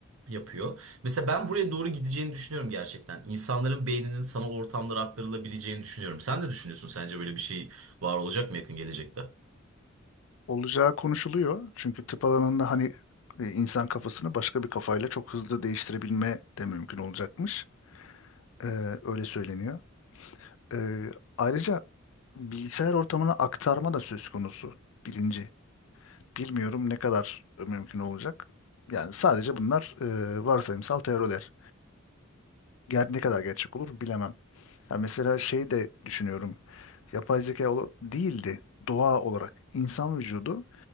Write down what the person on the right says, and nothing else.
yapıyor. Mesela ben buraya doğru gideceğini düşünüyorum gerçekten. İnsanların beyninin sanal ortamlara aktarılabileceğini düşünüyorum. Sen ne düşünüyorsun? Sence böyle bir şey Var olacak mı yakın gelecekte?